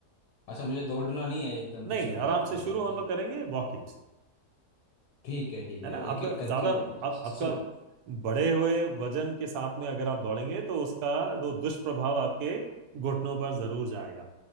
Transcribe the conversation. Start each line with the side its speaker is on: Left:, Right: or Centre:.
Left: अच्छा मुझे दौड़ना नहीं है एकदम
Right: नहीं
Left: से शुरुआत
Right: आराम
Left: में
Right: से
Left: ये
Right: शुरू
Left: एकदम
Right: हम लोग करेंगे वॉकिंग से
Left: ठीक है ठीक
Right: है
Left: है
Right: ना
Left: एक
Right: आपका
Left: एक करके
Right: ज्यादा आप,
Left: वो- स-
Right: आपका
Left: स-
Right: बढ़े हुए वजन के साथ में अगर आप दौड़ेंगे तो उसका दो दुष्प्रभाव आपके घुटनों पर जरूर जाएगा